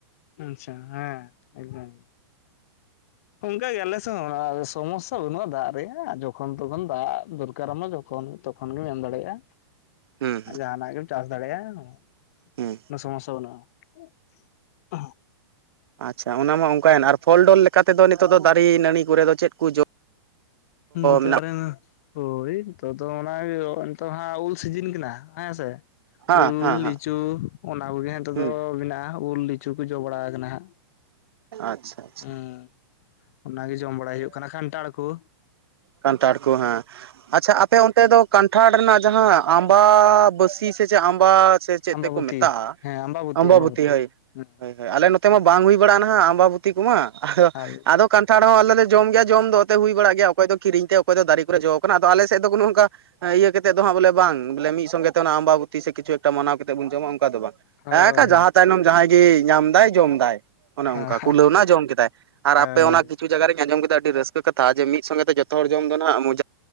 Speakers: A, on the left (about 35°); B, on the right (about 65°).
A: ᱟᱸᱪᱪᱷᱟ ᱦᱮᱸ ᱮᱫᱚᱢ ᱚᱱᱠᱟ ᱜᱮ ᱟᱞᱮ ᱥᱮ ᱦᱚᱸ ᱚᱱᱟ ᱥᱚᱢᱚᱥᱥᱟ ᱵᱟᱹᱱᱩᱜ-ᱟ ᱫᱟᱜ ᱨᱮᱭᱟᱜ ᱡᱚᱠᱷᱚᱱ ᱛᱚᱠᱷᱚᱱ ᱫᱟᱜ ᱫᱚᱨᱠᱟᱨᱟᱢᱟ ᱡᱚᱠᱷᱚᱱ ᱛᱚᱠᱷᱚᱱ ᱜᱮᱢ ᱮᱢ ᱫᱟᱲᱮᱭᱟᱜ-ᱟ᱾
B: ᱦᱩᱸ ᱦᱩᱸ
A: ᱡᱟᱦᱟᱱᱟᱜ ᱜᱮᱢ ᱪᱟᱥ ᱫᱟᱲᱮᱭᱟᱜᱼᱟ ᱦᱚᱸ
B: ᱦᱩᱸ
A: ᱚᱱᱚ ᱥᱚᱢᱚᱥᱥᱟ ᱵᱟᱹᱱᱩᱜ-ᱟ᱾ ᱩᱯ ᱚᱦᱚᱸ
B: ᱟᱪᱪᱷᱟ ᱚᱱᱟ ᱢᱟ ᱚᱱᱠᱟ ᱭᱮᱱ ᱟᱨ ᱯᱷᱚᱞ ᱰᱚᱞ ᱞᱮᱠᱟ ᱛᱮ ᱫᱚ ᱱᱤᱛᱚᱜ ᱫᱚ ᱫᱟᱨᱤ ᱱᱟᱹᱲᱤ ᱠᱩᱨᱮ ᱫᱚ ᱪᱮᱫ ᱠᱩ ᱡᱚ
A: ᱩᱸᱫᱽ ᱫᱟᱨᱮ
B: ᱢᱮᱱᱟᱜ
A: ᱱᱟᱜ ᱦᱳᱭ ᱦᱤᱛᱚᱜ ᱫᱚ ᱚᱱᱟ ᱜᱮ ᱚ ᱱᱤᱛᱚᱜ ᱦᱟᱸᱜ ᱩᱞ ᱥᱤᱡᱤᱱ ᱠᱟᱱᱟ ᱦᱮᱸᱥᱮ
B: ᱦᱮᱸ
A: ᱩᱞ
B: ᱦᱮᱸ ᱦᱮᱸ
A: ᱞᱤᱪᱩ ᱚᱱᱟ ᱠᱚ ᱜᱮ ᱦᱟᱸᱜ ᱦᱤᱛᱚᱜ
B: ᱦᱩᱸ
A: ᱫᱚ ᱢᱤᱱᱟᱜ-ᱟ ᱩᱞ ᱞᱤᱪᱩ ᱠᱩᱡ ᱡᱚ ᱵᱟᱲᱟ ᱠᱟᱱᱟ ᱦᱟᱸᱜ
B: ᱟᱪᱪᱷᱟ ᱟᱪᱪᱷᱟ
A: ᱟᱸ ᱚᱱᱟ ᱜᱮ ᱡᱚᱢ ᱵᱟᱲᱟᱭ ᱦᱩᱭᱩᱜ ᱠᱟᱱᱟ ᱠᱷᱟᱱᱴᱟᱲ ᱠᱩ
B: ᱠᱟᱱᱴᱟᱲ ᱠᱩ ᱦᱮᱸ ᱟᱪᱪᱷᱟ ᱟᱯᱮ ᱚᱱᱛᱮ ᱫᱚ ᱠᱟᱱᱴᱷᱟᱲ ᱨᱮᱱᱟᱜ ᱡᱟᱦᱟᱸ ᱟᱢᱵᱟ ᱵᱟᱹᱥᱤ ᱥᱤ ᱥᱮ ᱪᱮᱫ ᱟᱢᱵᱟ ᱥᱮ ᱪᱮᱫ
A: ᱟᱢᱵᱟᱵᱚᱛᱤ
B: ᱛᱮ ᱠᱚ ᱢᱮᱛᱟᱜ-ᱟ
A: ᱦᱮᱸ ᱟᱢᱵᱟᱵᱚᱛᱤ
B: ᱟᱢᱵᱟᱵᱩᱛᱤ
A: ᱟᱢᱵᱟᱵᱚᱛᱤ
B: ᱦᱳᱭ
A: ᱦᱮᱸ
B: ᱳᱭ ᱦᱳᱭ ᱟᱞᱮ ᱱᱚᱜ ᱛᱮ ᱢᱟ ᱵᱟᱝ ᱦᱩᱭ ᱵᱟᱲᱟᱜ- ᱟ ᱱᱟᱦᱟᱸᱜ ᱟᱢᱵᱟᱵᱩᱛᱤ ᱠᱩᱢᱟ ᱟᱫᱚ
A: ᱟᱨ
B: ᱟᱫᱚ ᱠᱟᱱᱴᱷᱟᱲ ᱦᱚᱸ ᱟᱞᱮ ᱞᱮ ᱡᱚᱢ ᱜᱤᱭᱟ ᱡᱚᱢ ᱫᱚ ᱚᱛᱮᱜ ᱦᱩᱭ ᱵᱟᱲ ᱜᱤᱭᱟ ᱚᱠᱚᱭ ᱫᱚ ᱠᱤᱨᱤᱧ ᱛᱮ ᱚᱠᱚᱭ ᱫᱚ ᱫᱟᱨᱤ ᱠᱚᱨᱮ ᱡᱚ ᱣᱟᱠᱟᱱᱟ ᱟᱫᱚ ᱟᱞᱮ ᱥᱮᱜ ᱫᱚ ᱱᱩᱜ-ᱠᱟ ᱤᱭᱟᱹ ᱠᱟᱛᱮᱜ ᱫᱚ ᱦᱟᱸᱜ ᱵᱚᱞᱮ ᱵᱟᱝ ᱵᱚᱞᱮ ᱢᱤᱫ ᱥᱚᱸᱜᱮ ᱛᱮ ᱚᱱᱟ ᱟᱢᱵᱟᱵᱩᱛᱤ ᱥᱮ ᱠᱤᱪ ᱠᱤᱪᱷᱩ ᱴᱟ ᱢᱟᱱᱟᱣ ᱠᱟᱛᱮᱫ ᱵᱩᱱ ᱡᱚᱢᱟ ᱚᱱᱠᱟ ᱫᱚ ᱵᱟᱝ
A: ᱦᱳᱭ
B: ᱟ ᱠᱷᱟᱡ ᱡᱟᱦᱟᱸ ᱛᱟᱭᱱᱚᱢ ᱡᱟᱦᱟᱸᱭ ᱜᱤᱭ ᱧᱟᱢ ᱫᱟᱭ ᱡᱚᱢ ᱫᱟᱭ᱾ ᱚᱱᱮ ᱚᱱᱠᱟ
A: ᱦᱳᱭ ᱦᱮᱸ
B: ᱠᱩᱞᱟᱹᱣ ᱱᱟ ᱡᱚᱢ ᱠᱤᱫᱟᱭ ᱟᱨ
A: ᱦᱳᱭ
B: ᱟᱯ ᱟᱯᱮ ᱚᱱᱟ ᱠᱤᱪᱩ ᱡᱟᱭᱜᱟ ᱨᱮᱧ ᱟᱸᱡᱚᱢ ᱠᱤᱫᱟ ᱟᱹᱰᱤ ᱨᱟᱹᱥᱠᱟᱹ ᱠᱟᱛᱷᱟ ᱡᱮ ᱢᱤᱫ ᱥᱚᱸᱜᱮ ᱛᱮ ᱡᱚᱛᱚ ᱦᱚᱲ ᱡᱚᱢ ᱫᱚ ᱱᱟᱦᱟᱸᱜ ᱢᱩ